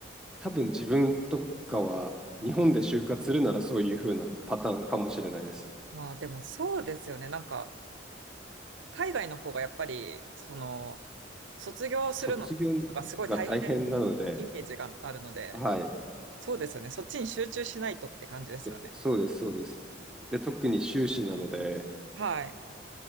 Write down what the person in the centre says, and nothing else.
多分自分とかは日本で就活するならそういう風なパターンかもしれないです。
卒業が大変なので、はい。
そそうです、そうです。で、特に修士なので、